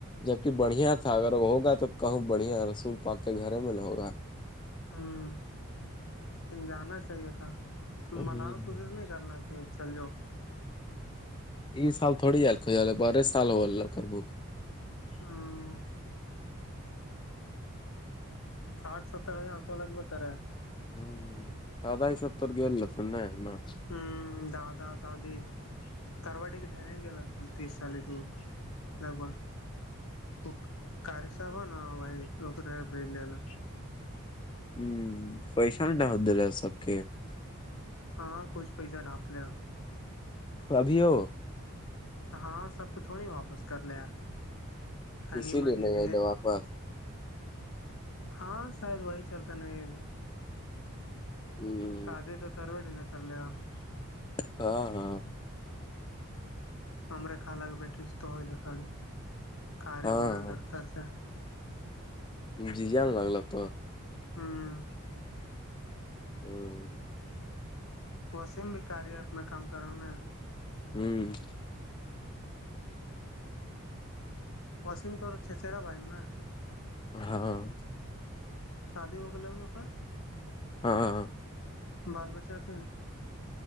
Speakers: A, on the left; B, on the left.
A: جبک بڑھیا تھا اگر ہوگا تو کہوں بڑھیا رسول پا کے گھر میں نہ ہوگا <unintelligible>
B: ہوں لن جانا چاہیے تھا تو
A: ہوں
B: مناؤ ک نہیں <unintelligible> کرنا کہ چلؤ
A: یہ سال تھوڑی جل خو والا بارہ سال ہوول لو کربوک <unintelligible>
B: ہاں آٹھ ستر ہزار س لگ با رہا
A: ہ سدہ ہی ستتر گی س نہیں نا <unintelligible>
B: ہ دادا دادی توڈ کے ڈر گل تو تیس سالے تو لگ با وہ کار صابا نا بائی ار بج للا <unintelligible>
A: ہوں پیسہ نہیں ڈہر د رہ سب کے <unintelligible>
B: ہاں کچھ پیسہ ڈانپ لے
A: ابھیو <unintelligible>
B: ہاں سب کو تھوڑی واپس کر لیا تنی
A: اسی
B: منی
A: لیے نہیں
B: لے
A: آئیے واپس
B: ہاں شاید وہی چلتا نہیں الا
A: ہوں
B: سادے تو توڑ ن کر ل <unintelligible>
A: ہاں ہاں
B: امرے کھا لا کے بیٹھی سے تو ہو لگتا کارے
A: ہاں
B: بدند
A: ہاں
B: اختر سے <unintelligible>
A: ج جاا لگلا تو <unintelligible>
B: ہاں
A: ہوں
B: وسیم بھی کاری ہے میں کام کراوںا
A: ہوں
B: پشم توور چھچرا بو نا <unintelligible>
A: ہاں
B: شادی ہوگ انوں کا
A: ہاں
B: بال بچہ تھے